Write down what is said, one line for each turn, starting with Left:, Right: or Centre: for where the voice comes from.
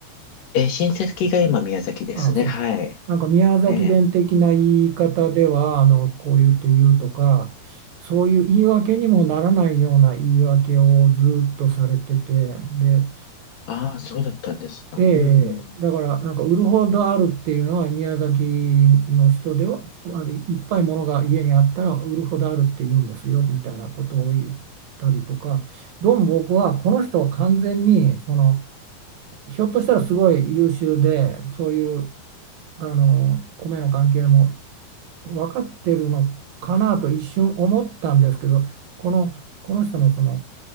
Left: え、親戚が今宮崎ですね。
Right: ああそうですなんか宮崎弁的な言い方ではあのこう言って言うとかそういう言い訳にもならないような言い訳をずっとされててで
Left: はい。ええ。ああ、そうだったんですか。
Right: え
Left: うん。
Right: え、だからなんか売るほどあるっていうのは宮崎の人ではあのいっぱいものが家にあったら売るほどあるって言うんですよみたいなことを言ったりとかどうも僕はこの人は完全にそのひょっとしたらすごい優秀でそういうあの米の関係も分かってるのかなと一瞬思ったんですけどこの、この人のその